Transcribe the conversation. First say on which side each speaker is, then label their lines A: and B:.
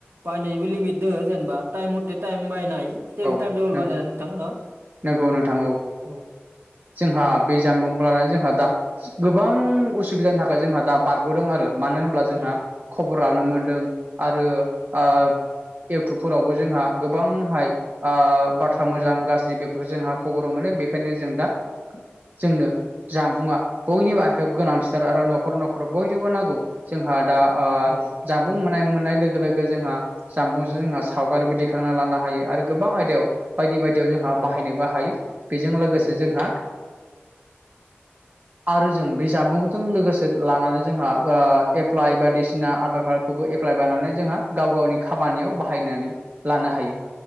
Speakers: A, on the right; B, on the right.
A: बाहायनायबो लिमिट दोङो जेनेबा टाइम मथे टाइम बाहायनो हायो। टाइम
B: औ
A: टेबोल
B: नंगौ
A: बानायनानै नोंथां ना
B: नंगौ नोंथां
A: औ।
B: जोंहा बे जामबुंखौ लानानै जोंहा दा गोबां उसुबिदानि थाखाय जोंहा दा बारग'दों आरो। मानो होनब्ला जोंहा
A: उम
B: खबर लानो मोनदों आरो ओ
A: औ
B: इउटुबफोरावबो जोंहा गोबांहाय ओह बाथ्रा
A: उम
B: मोजां गाज्रि बेफोरखौ जोंहा खबर मोनो बे बेखायनो जों दा जोंनो जामबुङा बयनिबो आखायाव गोनांथिथार आरो न'खर न'खर बयनोबो नांगौ जोंहा दा ओह
A: औ
B: जानबुं मोननाय मोननाय लोगो लोगो जोंहा जामबुंजों जोंहा सावगारिबो दैखांना लानो हायो आरो गोबां आयदायाव बायदि बायदियाव जोंहा
A: औ
B: बाहायनोबो हायो बेजों लोगोसे
A: औ
B: जोंहा आरो जों बे जामबुंजों लोगोसे लानानै जोंहा ओह एप्लाइ बायदिसिना आधार कार्ड खौबो एप्लाइ बानायनानै जोंहा गाव गावनि खामानियाव बाहायनानै लानो
A: औ
B: हायो।